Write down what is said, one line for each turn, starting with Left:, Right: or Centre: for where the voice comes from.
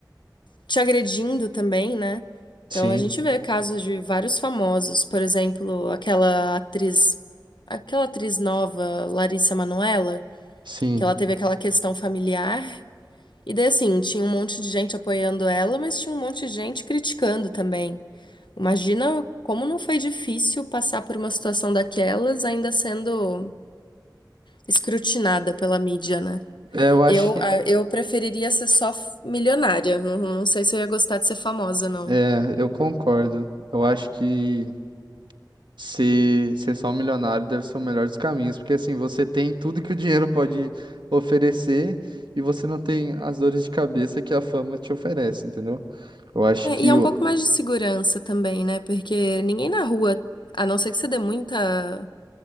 Left: te agredindo também, né? Então
Right: Sim,
Left: a gente vê casos de vários famosos, por exemplo, aquela atriz, aquela atriz nova, Larissa Manoela
Right: sim.
Left: que ela teve aquela questão familiar. E daí, assim, tinha um monte de gente apoiando ela, mas tinha um monte de gente criticando também. Imagina como não foi difícil passar por uma situação daquelas, ainda sendo escrutinada pela mídia, né?
Right: É, eu acho
Left: Eu,
Right: que.
Left: ah, eu preferiria ser só f- milionária. Não, não sei se eu ia gostar de ser famosa, não.
Right: É, eu concordo. Eu acho que Se ser só milionário deve ser o melhor dos caminhos, porque assim, você tem tudo que o dinheiro pode oferecer e você não tem as dores de cabeça que a fama te oferece, entendeu? Eu acho
Left: É,
Right: que
Left: e é
Right: o...
Left: um pouco mais de segurança também, né? Porque ninguém na rua, a não ser que você dê muita